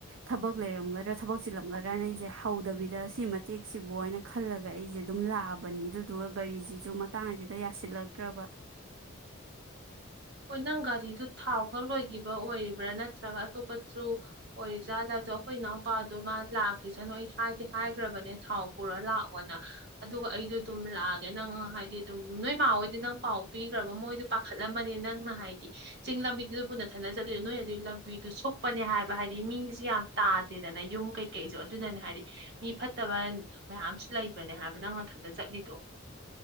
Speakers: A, on the right; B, on the right.
A: ꯊꯕꯛ ꯂꯩꯔꯝꯒꯗ꯭ꯔꯥ ꯊꯕꯛ ꯆꯤꯜꯂꯝꯒꯗ꯭ꯔꯅ ꯑꯩꯁꯦ ꯍꯧꯗꯕꯤꯗ ꯁꯤ ꯃꯇꯦꯛꯁꯤꯕꯨ ꯍꯥꯏꯅ ꯈꯜꯂꯒ ꯑꯩꯁꯦ ꯑꯗꯨꯝ ꯂꯥꯛꯑꯕꯅꯤ ꯑꯗꯨꯗꯨꯒ ꯒꯥꯔꯤꯁꯤꯁꯨ ꯃꯇꯥꯡꯁꯤꯗ ꯌꯥꯁꯤꯜꯂꯛꯇ꯭ꯔꯕ
B: ꯍꯣꯏ ꯅꯪ ꯒꯥꯔꯤꯗꯨ ꯊꯥꯎ ꯈꯛ ꯂꯣꯏꯈꯤꯕ ꯑꯣꯏꯔꯤꯕ꯭ꯔꯥ ꯅꯠꯇ꯭ꯔꯒ ꯑꯇꯣꯞꯄꯖꯨ ꯑꯣꯏꯔꯤ ꯖꯥꯠꯂꯥ ꯑꯗꯣ ꯑꯩꯈꯣꯏ ꯏꯅꯥꯎꯄꯥꯗꯣ ꯃꯥ ꯂꯥꯛꯀꯁꯥꯅꯣ ꯑꯩ ꯍꯥꯏꯗꯤ ꯍꯥꯏꯈ꯭ꯔꯕꯅꯦ ꯊꯥꯎ ꯄꯨꯔ ꯂꯥꯛꯑꯣꯅ ꯑꯗꯨꯒ ꯑꯩꯗꯣ ꯑꯗꯨꯝ ꯂꯥꯛꯑꯒꯦ ꯅꯪ ꯍꯥꯏꯗꯤ ꯑꯗꯨꯝ ꯅꯣꯏ ꯃꯥꯍꯣꯏꯗꯤ ꯅꯪ ꯄꯥꯎ ꯄꯤꯈ꯭ꯔꯕ ꯃꯣꯏꯗ ꯄꯥꯈꯠꯂꯝꯃꯅꯤ ꯅꯪ ꯅꯪꯅ ꯍꯥꯏꯗꯤ ꯆꯤꯡ ꯂꯝꯕꯤꯗꯨꯗꯄꯨ ꯅꯊꯟꯗ ꯆꯠꯂꯤꯗ ꯅꯣꯏ ꯑꯗꯨꯒꯤ ꯂꯝꯕꯤꯗꯨ ꯁꯨꯛꯄꯅꯦ ꯍꯥꯏꯕ ꯍꯥꯏꯗꯤ ꯃꯤꯁꯨ ꯌꯥꯝ ꯇꯥꯗꯦꯗꯅ ꯌꯨꯝ ꯀꯩꯀꯩꯁꯨ ꯑꯗꯨꯗꯅꯦ ꯍꯥꯏꯗꯤ ꯃꯤ ꯐꯠꯇꯕ ꯃꯌꯥꯝꯁꯨ ꯂꯩꯕꯅꯦ ꯍꯥꯏꯕ ꯅꯪ ꯅꯊꯟꯗ ꯆꯠꯂꯤꯗꯣ